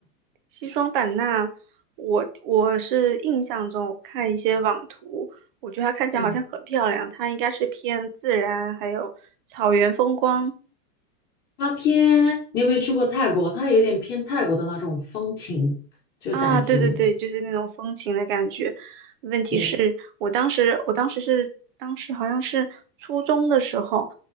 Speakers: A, on the right; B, on the left.
A: 西双版纳，我我是印象中我看一些网图，我觉得它看起来好像很漂亮，
B: 嗯。
A: 它应该是偏自然还有草原风光
B: 它偏，你有没有去过泰国？它有点偏泰国的那种风情，就是傣族。
A: 啊，对对对，就是那种风情的感觉。问题是我当时，
B: 对
A: 我当时是，当时好像是初中的时候，